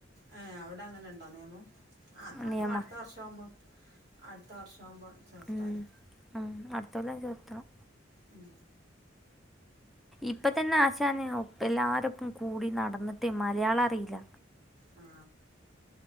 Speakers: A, on the right; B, in the centre.
A: ആ അവിടെ അങ്ങനെ നെയുണ്ടോ നിയമം ആ എന്നാലും
B: നിയമ
A: അടുത്ത വർഷമാവുമ്പോ- അടുത്ത വർഷം ആവുമ്പം ചേർത്താലോ
B: ഉം ആ അടുത്തോല്ലം ചേർ <unintelligible>
A: ഉം
B: ഇപ്പ തന്നെ ആശാന് ഒപ്പ എല്ലാതൊപ്പം കൂടി നടന്നിട്ടേ മലയാളം അറിയില്ല
A: ആ